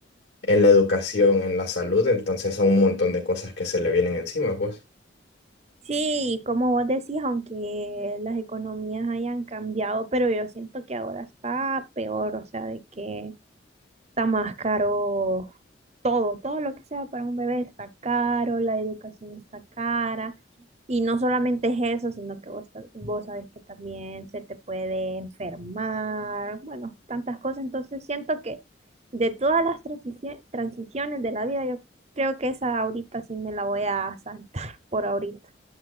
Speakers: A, on the left; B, on the right.
A: en la educación, en la salud, entonces son un montón de cosas que se le vienen encima, pues.
B: Sí, y como vos decís, aunque las economías hayan cambiado, pero yo siento que ahora está peor, o sea, de que está más caro todo, todo lo que sea para un bebé está caro, la educación está cara. Y no solamente es eso, sino que vos, ta- vos sabés que también se te puede enfermar, bueno, tantas cosas. Entonces siento que de todas las transici- transiciones de la vida, yo creo que esa ahorita sí me la voy a saltar <laughs> por ahorita.